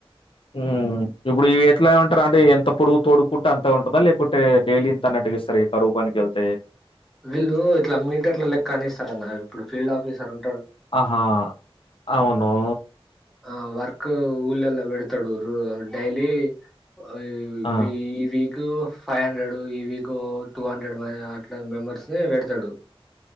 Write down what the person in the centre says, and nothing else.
వీళ్ళు ఇట్లా మీటర్ల లెక్క అని ఇస్తారన్న ఇప్పుడు ఫీల్డ్ ఆఫీసర్ ఉ
ఆ వర్క్ ఊళ్ళల్లో బెడతాడు రు డైలీ ఆ
వి వీకు ఫైవ్ హండ్రెడ్ ఈవీక్ టూ హండ్రెడ్ బయ అట్లా మెంబర్స్ ని పెడతాడు